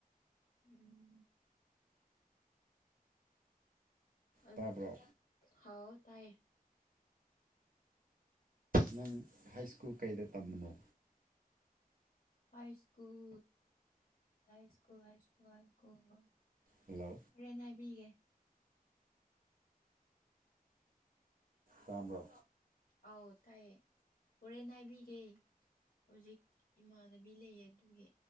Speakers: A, on the left; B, on the right.
A: ꯎꯝ ꯑꯥ
B: ꯇꯥꯕ꯭ꯔꯣ
A: ꯍꯥꯎ ꯇꯥꯏꯌꯦ
B: ꯅꯪ ꯍꯥꯏ ꯁ꯭ꯀꯨꯜ ꯀꯩꯗ ꯇꯝꯕꯅꯣ
A: high school high school high school high school
B: hello
A: ꯍꯣꯔꯦꯟ ꯍꯥꯏꯕꯤꯒꯦ
B: ꯇꯥꯕ꯭ꯔꯣ
A: ꯑꯧ ꯇꯥꯏꯌꯦ ꯍꯣꯔꯦꯟ ꯍꯥꯏꯕꯤꯒꯦ ꯍꯧꯖꯤꯛ ꯏꯃꯥꯟꯅꯕꯤ ꯂꯩꯌꯦ ꯑꯗꯨꯒꯤ